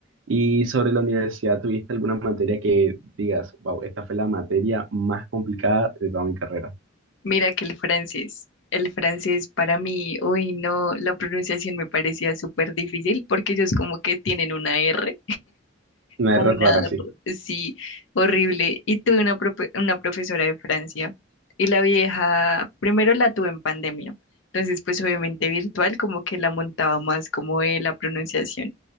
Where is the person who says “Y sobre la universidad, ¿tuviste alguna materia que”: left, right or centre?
Right